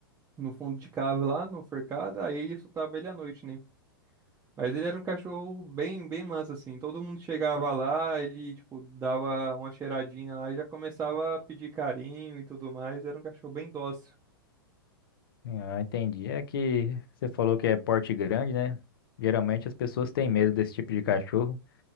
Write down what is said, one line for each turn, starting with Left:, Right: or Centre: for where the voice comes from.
Right: no fundo de cava lá, no forcado, aí soltava ele à noite, né? Mas ele era um cachorro bem, bem manso, assim. Todo mundo chegava lá, ele, tipo, dava uma cheiradinha lá e já começava a pedir carinho e tudo mais. Era um cachorro bem dócil.
Left: Ah, entendi. É que você falou que é porte grande, né? Geralmente as pessoas têm medo desse tipo de cachorro,